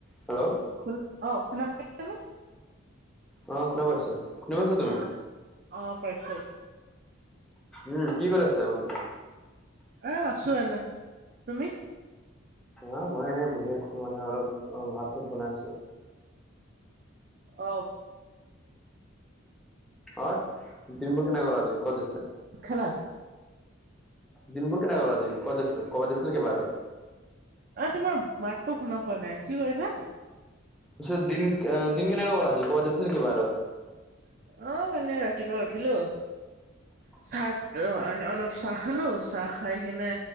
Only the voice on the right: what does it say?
শুন, অ' শুনা পাইছানে?
অ অ' পাইছোঁ।
এ আছো এনে। তুমি?
অ'
খালা?
অ তোমাৰ মাতটো শুনা পোৱা নাই, কি কৈছা?
অ মানে ৰাতিপুৱা উঠিলো,
<unintelligible> চাহ অ অলপ চাহ খালো, চাহ খাই কিনে